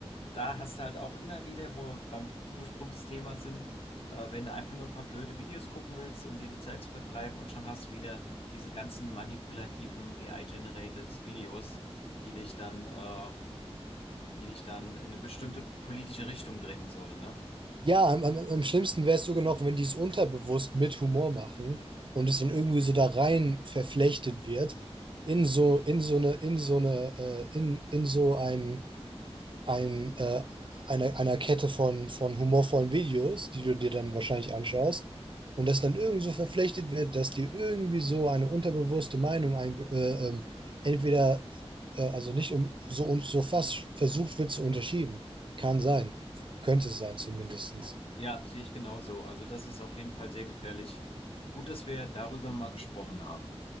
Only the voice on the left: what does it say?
da hast du halt auch immer wieder, wo wir beim Ursprungsthema sind, äh, wenn du einfach nur ein paar blöde Videos gucken willst, um dir die Zeit zu vertreiben und schon hast du wieder diese ganzen manipulativen AI-generated Videos, die dich dann, äh, die dich dann in eine bestimmte politische Richtung drängen sollen, ne?
Ja, sehe ich genauso. Also das ist auf jeden Fall sehr gefährlich. Gut, dass wir darüber mal gesprochen haben.